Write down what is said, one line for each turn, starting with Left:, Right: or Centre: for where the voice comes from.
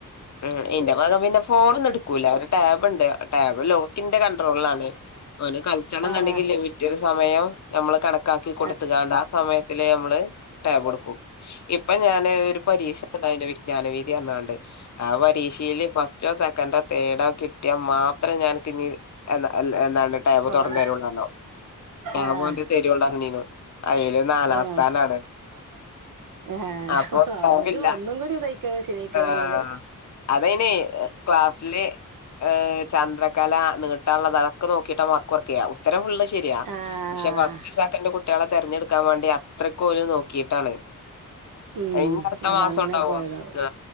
Left: ഉം ഇന്റെ മകൻ പിന്നെ ഫോൺ ഒന്നും എടുക്കൂല ഒരു ടാബുണ്ട് ടാബ് ലോക്കിന്റെ കൺട്രോളിലാണ് അവന് കളിച്ചണംന്നുണ്ടെങ്കിൽ
Right: ആഹ്
Left: ലിമിറ്റട് സമയം നമ്മള് കണക്കാക്കി
Right: ആ സമയത്ത് നമ്മള് കൊടുക്കും എന്നിട്ടാണ് ഒരു പരീക്ഷ
Left: കൊടുത്തുകാണ്ട് ആ സമയത്തില് നമ്മള് ടാബ് കൊടുക്കും ഇപ്പൊ ഞാൻ ഒരു പരീക്ഷ ഉണ്ടായിരുന്നു വിജ്ഞാന വീതി എന്നു പറഞാണ്ട് ആ പരീക്ഷയില് ഫസ്റ്റ് റ്റൊ സെക്കന്റോ തെർഡോ കി ട്ടിയ മാത്രം ഞാൻ അൻകിഞ് എന്താണ് ടാബ്
Right: ഫോൺ
Left: തുറന്നു തരുള്ളൂ എന്നു പറഞ്ഞു ആ
Right: ആഹ്
Left: ഓന്റെ തരുള്ളൂ പറഞ്ഞിരുന്നു അയില് നാലാം
Right: ആഹ്
Left: സ്ഥാനാണ്
Right: സ്ഥാനാണ്
Left: അപ്പൊപ്പോവില്ല
Right: ആഹ് ഒരു ഒന്നും കൂടി ഇതായിക്കണം ശരിയായിക്കണെങ്കില്
Left: ആഹ അതയിനെ ക്ലാസ്സില് ഏഹ ചന്ദ്രകല നീട്ടാനുള്ളത ക്കെ നോക്കിട്ട മാർക്ക്‌ കൊറയ്ക്ക ഉത്തരം ഫുള്ള് ശരിയാ
Right: ആഹ്
Left: പക്ഷെ ഫസ്റ്റ് സെക്കൻഡ് കുട്ട കുട്ടികളെ തിരഞ്ഞെടുക്കാൻ വേണ്ടി അത്രക്കും ഓല് നോക്കിയിട്ടാണ്.
Right: ഉം
Left: അത് നി അടുത്ത
Right: അപ്പൊ
Left: മാസവുഉണ്ടാവോ
Right: അങ്ങനെ പോയതാവും
Left: ആ